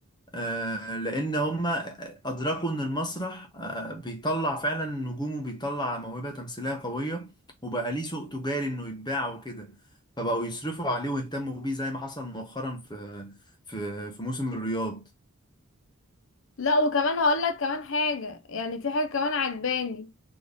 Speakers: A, on the left; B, on the left.
A: آه، لان هم ادركوا ان المسرح آه، بيطلع فعلا نجوم وبيطلع موهبه تمثيليه قويه وبقى ليه سوق تجاري انه يتباع وكده فبقوا يصرفوا عليه ويهتموا بيه زي ما حصل مؤخرا في في في موسم الرياض
B: لا وكمان هقول لك كمان حاجة يعني في حاجة كمان عجباني